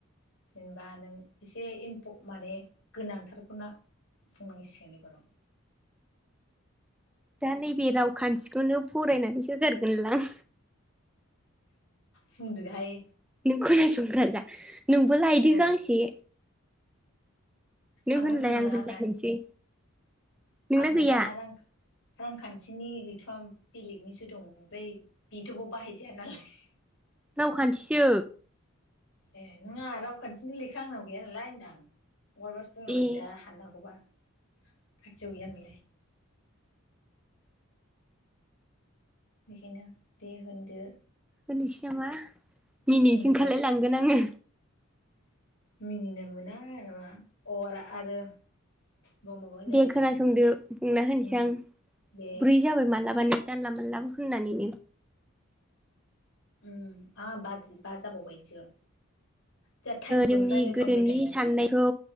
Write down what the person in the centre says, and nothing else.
दा नैबे रावखान्थिखौनो फरायनानै होगारगोन लां।
नों खोनासंग्रा जा नोंबो लायदो
गांसे। नों
होनलाय
आं होनलाय
होनसै। नोंना
गैया
रावखान्थिसो
ए
होनोसै नामा? मिनिनोसो
ओंखारलाय
लांगोन आङो।
दे खोनासंदो
बुंना होनोसै
आं।
ब्रै जाबाय मालाबानो। जानला मोनलाबो होननानैनो
जोंनि
गोसोनि
साननायखौ